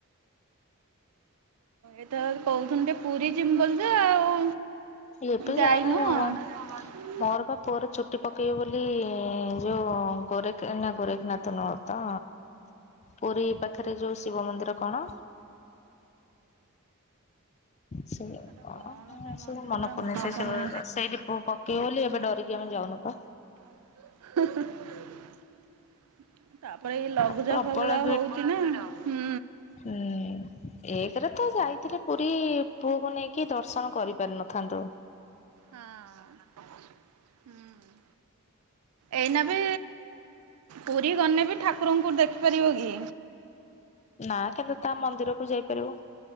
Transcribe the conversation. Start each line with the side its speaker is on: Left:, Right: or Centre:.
Right: ଏବେ ତ କହୁଥିଲୁ ଟେ ପୁରୀ ଯିମି ବୋଲି ଯେ ଆଉ।
Left: ଏବେ
Right: ଯାଇନୁ
Left: ଯାଅନା <unintelligible>
Right: <inaudible>
Left: ମୋର ବା ପୁଅର ଚୁଟି ପକେଇବି ବୋଲି ଯୋଉ ଗୋରେଖ ନା ଗୋରେଖନାଥ ନୁହଁ ତ ପୁରୀ ପାଖେରେ ଯୋଉ ଶିବ ମନ୍ଦିର କଣ? ସେଇ
Right: ହେଟା କଣ ସେ ମନ୍ଦିରଟା
Left: <unintelligible> ମନେ ପଡ଼ୁନି
Right: ମନ
Left: ସେ
Right: ପଡୁନି।
Left: ସେଇଠି ପୁଅ ପକେଇବ ବୋଲି ଏବେ ଡରିକି ଆମେ ଯାଉନୁ ପା।
Right: <unintelligible> ତାପରେ ଏ ଲଘୁଚାପ୍
Left: ପ୍ରବଳ
Right: ଫଗୁଚାପ୍ ହଉଚି ନା ହୁଁ।
Left: ହୁଁ ଏଇ ଥର ତ ଯାଇଥିଲି ପୁରୀ ପୁଅକୁ ନେଇକି ଦର୍ଶନ କରି ପାରିନଥାନ୍ତୁ।
Right: ହଁ ହୁଁ। ଏଇନା ବି ପୁରୀ ଗନେ ବି ଠାକୁରଙ୍କୁ ଦେଖିପାରିବ କି?
Left: ନା କିନ୍ତୁ ତା ମନ୍ଦିରକୁ ଯାଇପାରିବୁ